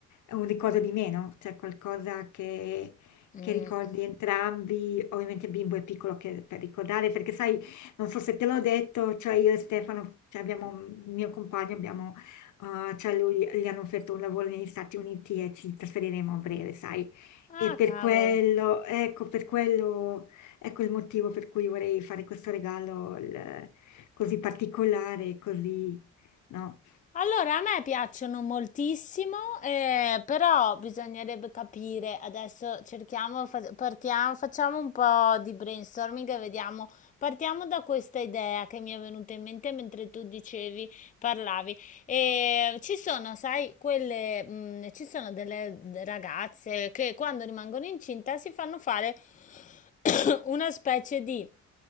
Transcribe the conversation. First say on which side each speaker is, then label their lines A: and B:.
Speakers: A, on the left (about 75°); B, on the left (about 25°).
A: un ricordo di meno, cioè qualcosa che,
B: Mm.
A: che ricordi entrambi. Ovviamente il bimbo è piccolo che- per ricordare, perché sai, non so se te l'ho detto, cioè io e Stefano, cioè abbiamo, il mio compagno, abbiamo, eh, cioè lui, gli hanno offerto un lavoro negli Stati Uniti e ci trasferiremo a breve, sai.
B: Ah,
A: E per
B: cavolo.
A: quello, ecco, per quello, ecco il motivo per cui vorrei fare questo regalo il- così particolare, così, no?
B: Allora, a me piacciono moltissimo, eh, però bisognerebbe capire, adesso cerchiamo, fa- partiamo, facciamo un po' di brainstorming e vediamo, partiamo da questa idea che mi è venuta in mente mentre tu dicevi, parlavi. Eh, ci sono, sai, quelle, mm, ci sono delle ragazze che quando rimangono incinta si fanno fare <coughs> una specie di